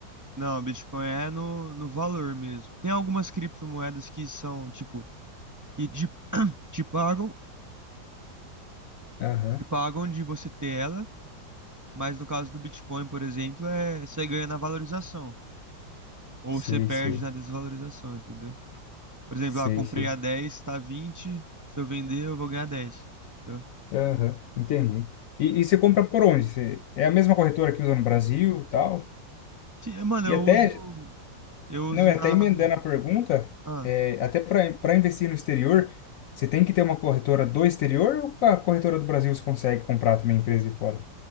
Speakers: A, on the right; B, on the left.
A: Não, Bitcoin é no, no valor mesmo. Tem algumas criptomoedas que são, tipo, que te, te pagam,
B: Aham.
A: te pagam de você ter ela, mas no caso do Bitcoin, por exemplo, é você ganha na valorização. Ou
B: Sei,
A: você perde
B: sei.
A: na desvalorização, entendeu? Por exemplo,
B: Sei,
A: lá, comprei
B: sei.
A: a dez tá vinte Se eu vender, eu vou ganhar dez Entendeu?
B: Aham. Entendi. E, e você compra por onde? Você- é a mesma corretora que usa no Brasil, tal?
A: Sim, é, mano,
B: E
A: eu
B: até
A: uso. Eu uso
B: Não, e até
A: na.
B: emendando a pergunta,
A: ah,
B: é, até para para investir no exterior, você tem que ter uma corretora do exterior ou a corretora do Brasil você consegue comprar também empresa de fora?